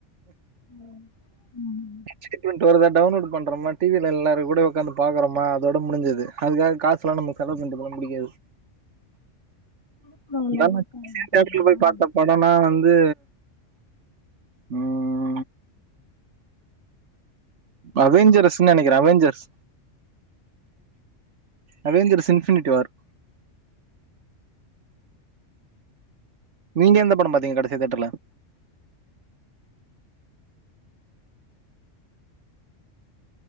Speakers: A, on the left; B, on the right.
A: ம்
B: <unintelligible> டவுன்லோட் பண்றமா டிவில எல்லாரு கூடயு வொக்கந்து பாக்கறோமா அதோட முடிஞ்சது அதுக்கா காசெல்லா நம்ப செலவு பண்றதெல்லா புடிக்காது
A: அப்புறோ வந்தா
B: இதலா
A: கூட
B: மேட்டர்ல
A: போக மாட்டீங்களா
B: போய் பாத்தா ப நானா வந்து ம் அவேஞ்செரஸ்ன்னு நெனைக்கிறே அவேஞ்செர்ஸ் அவேஞ்செரஸ் இன்ஃபினிட்டி வார் நீங்க எந்த படம் பாத்தீங்க கடைசியா தேட்டர்ல